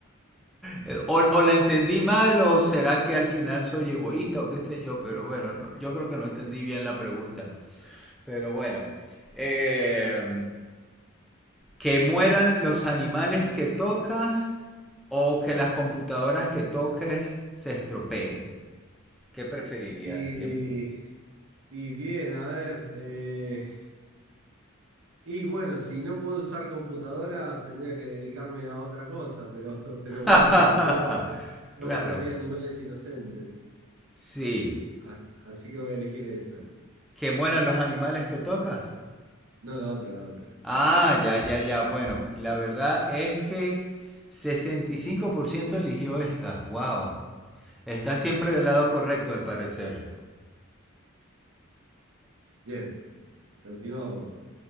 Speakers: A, in the centre; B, on the right.
A: Eh, O, o, la entendí mal o será que al final soy egoísta o qué sé yo, pero bueno, no, yo creo que no entendí bien la pregunta. Pero bueno, eh, que mueran los animales que tocas o que las computadoras que toques se estropeen. ¿Qué preferirías?
B: Y,
A: Que...
B: y bien, a ver. eh, Y bueno, si no puedo usar computadoras, tendría que dedicarme a otra cosa, pero, <laughs> pero bueno,
A: <laughs>
B: por lo menos no
A: claro,
B: mataría animales inocentes.
A: sí.
B: As- Así que voy a elegir esa,
A: Que mueran los animales que tocas.
B: no la otra, la otra.
A: Ah, ya, ya, ya. Bueno, la verdad es que 65% eligió esta. Wow. Está siempre del lado correcto, al parecer.
B: Bien, continuamos.